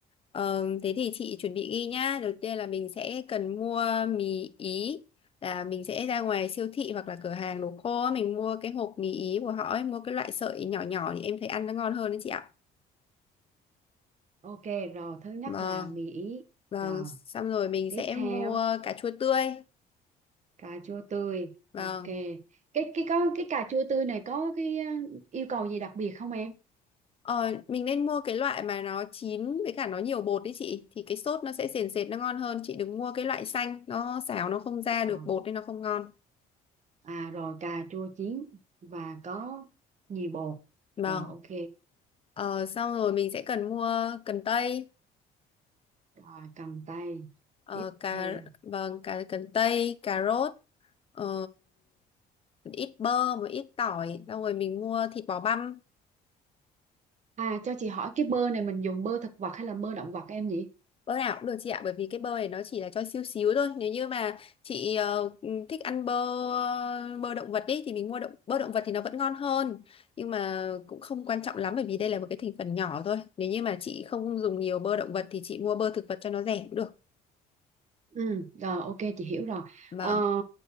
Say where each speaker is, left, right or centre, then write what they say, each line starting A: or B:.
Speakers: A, on the left; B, on the right.
A: Ờ, thế thì chị chuẩn bị ghi nhá. Đầu tiên là mình sẽ cần mua mì ý là mình sẽ ra ngoài siêu thị hoặc là cửa hàng đồ khô á, mình mua cái hộp mì ý của họ ấy, mua cái loại sợi nhỏ nhỏ thì em thấy ăn nó ngon hơn đấy chị ạ.
B: ok rồi, thứ nhất
A: Vâng,
B: là mì ý.
A: vâng,
B: Rồi,
A: xong rồi mình
B: tiếp
A: sẽ
B: theo
A: mua cà chua tươi.
B: cà chua tươi.
A: Vâng.
B: Ok. Cái cái có cái cà chua tươi này có cái ờ, yêu cầu gì đặc biệt không em?
A: Ờ, mình nên mua cái loại mà nó chín với cả nó nhiều bột đấy chị thì cái sốt nó sẽ sền sệt nó ngon hơn chị đừng mua cái loại xanh nó xào nó không ra
B: Rồi.
A: được bột nên nó không ngon
B: À rồi cà chua chín và có nhì bột.
A: vâng
B: Rồi ok.
A: ờ, xong rồi mình sẽ cần mua cần tây
B: Rồi cầm tay.
A: ờ,
B: Tiếp
A: cà
B: theo.
A: vâng cà cần tây cà rốt ờ, một ít bơ một ít tỏi xong rồi mình mua thịt bò băm
B: À cho chị hỏi cái bơ này mình dùng bơ thực vật hay là bơ động vật em nhỉ?
A: Bơ nào cũng được chị ạ, bởi vì cái bơ này nó chỉ là cho xíu xíu thôi. Nếu như mà chị ờ, thích ăn bơ bơ động vật đi thì mình mua động bơ động vật thì nó vẫn ngon hơn. Nhưng mà cũng không quan trọng lắm bởi vì đây là một cái thành phần nhỏ thôi. Nếu như mà chị không dùng nhiều bơ động vật thì chị mua bơ thực vật cho nó rẻ cũng được.
B: Ừ, rồi ok chị hiểu rồi.
A: Vâng.
B: Ờ,